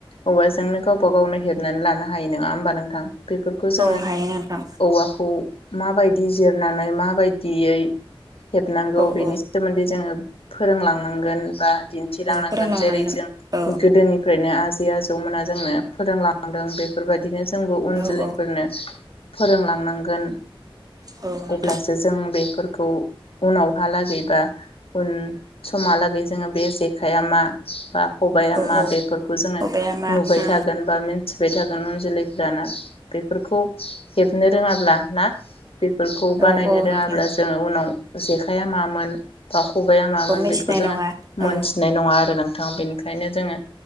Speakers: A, on the left; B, on the right.
A: औवाजोंनो गावबा गावनो हेबनानै बेफोरखौ जोङो
B: औ हायो नोंथां
A: औवाखौ माबायदि जिरनानै माबायदियै हेबनांगौ
B: औ
A: बेनि
B: औ
A: सोमोन्दै जोङो फोरोंलांनांगोन बा दिन्थिलांनां
B: फोरोंलांनांगोन
A: गोन जों जेरै- जों
B: औ
A: गोदोनिफ्रायनो आ आजै आजौमोना जोंनो फोरोंलांदों बेफोरबायदिनो जोंबो उन
B: औ
A: जोलैफोरनो
B: औ
A: फोरोंलांनां गोन
B: औ नोंथां
A: अब्लासो जों बेफोर खौ उनावहालागै बा उन समहालागै जोङो बे जेखाइआ मा बा खबाया
B: औ
A: मा
B: औ
A: बेफोरखौ जोङो
B: खबाया मा
A: नुबाय
B: उम
A: थागोन बा मिनथि बाय थागोन उन जोलैफ्रा ना बेफोरखौ हेबनो रोङाब्ला ना बेफोरखौ बानायनो
B: औ औ
A: रोङाब्ला
B: नोंथां
A: जोङो उनाव जेखाइया मामोन बा खबाइआ मामोन
B: मिथिनाय
A: बेखौ जोङो
B: नङा
A: मोनथिनाय
B: औ
A: नङा आरो नों थ' बेनि खायनो जोङो